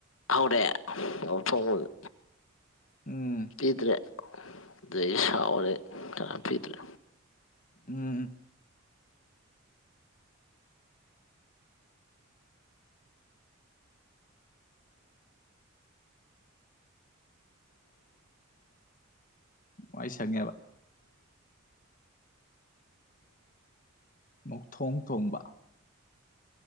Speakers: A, on the left (about 65°); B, on the left (about 40°).
A: ꯍꯧꯔꯛꯑꯦ ꯉꯧꯕ ꯊꯣꯡꯕꯗ
B: ꯎꯝ
A: ꯄꯤꯗ꯭ꯔꯦ ꯑꯗꯩꯗꯤ ꯁꯥꯎꯔꯦ ꯀꯅꯥꯝ ꯄꯤꯗ꯭ꯔꯦ
B: ꯎꯝ ꯋꯥꯏ ꯁꯪꯉꯦꯕ ꯉꯧꯊꯣꯡ ꯊꯣꯡꯕ